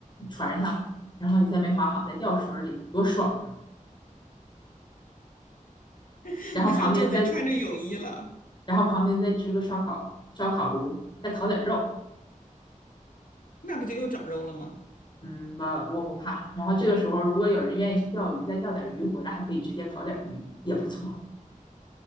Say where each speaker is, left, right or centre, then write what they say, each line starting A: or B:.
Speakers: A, on the left; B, on the left.
A: 船上，然后你再没划好，再掉水里，多爽啊！
B: <laughs>
A: 然后旁边再，
B: 那就得穿着泳衣了。
A: 然后旁边再支个烧烤烧烤炉，再烤点肉，
B: 那不就又长肉了吗？
A: 嗯我我不怕。然后这个时候，如果有人愿意去钓鱼，再钓点鱼回来，还可以直接烤点鱼，也不错。